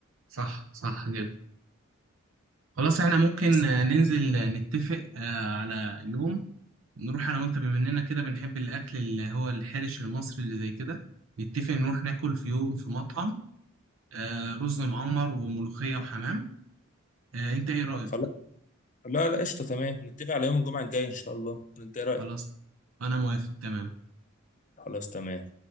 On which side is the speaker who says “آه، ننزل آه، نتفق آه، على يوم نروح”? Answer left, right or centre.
Right